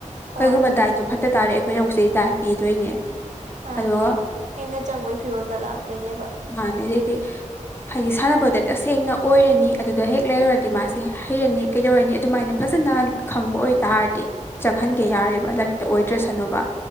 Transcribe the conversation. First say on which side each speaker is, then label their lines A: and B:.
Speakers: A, on the right (about 65°); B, on the left (about 15°).
A: ꯍꯣꯏ
B: ꯀꯩꯒꯨꯝꯕ ꯗꯥꯏꯠꯇꯨ ꯐꯠꯇ ꯇ ꯇꯥꯔꯦ ꯑꯩꯈꯣꯏꯅ ꯍꯧꯖꯤꯛ ꯗꯥꯏꯠ ꯄꯤꯗꯣꯏꯅꯦ
A: ꯃꯥꯅꯦ
B: ꯑꯗꯨꯒ
A: ꯍꯦꯟꯅ ꯆꯪꯕꯒꯤ ꯐꯤꯕꯝꯗ ꯂꯥꯛꯇꯣꯏꯅꯦꯕ
B: ꯃꯥꯅꯦ <unintelligible> ꯍꯥꯏꯗꯤ ꯁꯥꯟꯅꯕꯗ ꯇꯁꯦꯡꯅ ꯑꯣꯏꯔꯅꯤ ꯑꯗꯨꯗ ꯍꯦꯛ ꯂꯩꯔꯨꯔꯗꯤ ꯃꯥꯁꯦ ꯍꯩꯔꯅꯤ ꯀꯩꯗꯧꯔꯅꯤ ꯑꯗꯨꯃꯥꯏꯅ ꯐꯖꯅ꯫ ꯅ ꯈꯪꯕ ꯑꯣꯏꯇꯥꯔꯗꯤ ꯆꯪꯍꯟꯒꯦ ꯌꯥꯔꯦꯕ ꯂꯥꯛꯇ ꯑꯣꯏꯗ꯭ꯔꯁꯅꯨꯕ꯫